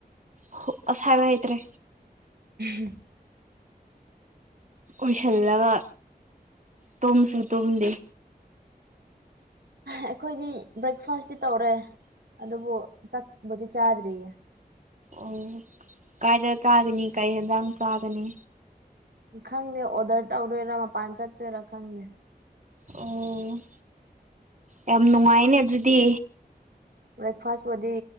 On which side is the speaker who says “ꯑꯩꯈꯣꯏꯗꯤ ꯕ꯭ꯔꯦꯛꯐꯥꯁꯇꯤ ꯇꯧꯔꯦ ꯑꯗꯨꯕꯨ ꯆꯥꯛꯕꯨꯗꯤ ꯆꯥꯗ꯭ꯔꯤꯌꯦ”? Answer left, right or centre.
Right